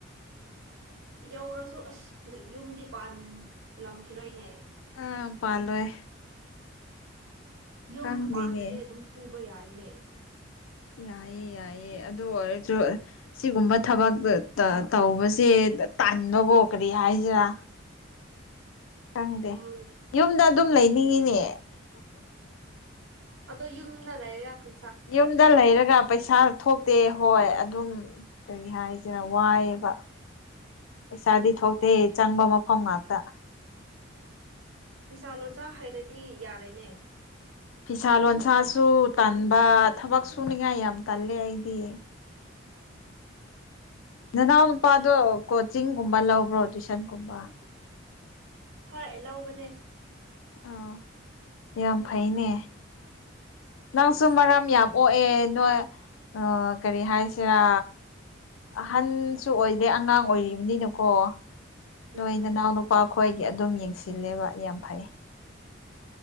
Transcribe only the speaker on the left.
ꯑ ꯄꯥꯜꯂꯣꯏ
ꯈꯪꯗꯦꯅꯦ
ꯌꯥꯏꯌꯦ ꯌꯥꯏꯌꯦ ꯑꯗꯨ ꯑꯣꯏꯔꯁꯨ ꯁꯤꯒꯨꯝꯕ ꯊꯕꯛꯇ ꯇꯧꯕꯁꯦ ꯇꯟꯕꯀꯣ ꯀꯔꯤ ꯍꯥꯏꯁꯤꯔꯥ ꯈꯪꯗꯦ
ꯌꯨꯝꯗ ꯑꯗꯨꯝ ꯂꯩꯅꯤꯡꯉꯤꯅꯦ
ꯌꯨꯝꯗ ꯂꯩꯔꯒ ꯄꯩꯁꯥ ꯊꯣꯛ ꯇꯦ ꯍꯣꯏ ꯑꯗꯨꯝ ꯀꯔꯤ ꯍꯥꯏꯁꯤꯔ ꯋꯥꯏꯑꯦꯕ ꯄꯩꯁꯥꯗꯤ ꯊꯣꯛꯇꯦ ꯆꯪꯕ ꯃꯐꯝ ꯉꯥꯛꯇ
ꯐꯤꯁꯥ ꯂꯣꯟꯁꯥꯁꯨ ꯇꯟꯕ ꯊꯕꯛ ꯁꯨꯅꯤꯉꯥꯏ ꯌꯥꯝ ꯇꯜꯂꯦ ꯑꯩꯗꯤ ꯅꯅꯥꯎꯅꯨ ꯄꯥꯗꯣ
ꯀꯣꯆꯤꯡꯒꯨꯝꯕ ꯂꯧꯕ꯭ꯔꯣ ꯇꯨꯏꯁꯟꯒꯨꯝꯕ
ꯑꯥ ꯌꯥꯝ ꯐꯩꯅꯦ ꯅꯪꯁꯨ
ꯃꯔꯝ ꯌꯥꯝ ꯑꯣꯛꯑꯦ ꯅꯣꯏ ꯀꯔꯤ ꯍꯥꯏꯁꯤꯔꯥ ꯑꯍꯟꯁꯨ ꯑꯣꯏꯗꯦ ꯑꯉꯥꯡ ꯑꯣꯏꯔꯤꯕꯅꯤꯅꯀꯣ ꯅꯣꯏ
ꯅꯅꯥꯎ ꯅꯨꯄꯥ ꯈꯈꯣꯏꯒꯤ ꯑꯗꯨꯝ ꯌꯦꯡꯁꯤꯜꯂꯦꯕ ꯌꯥꯝ ꯐꯩ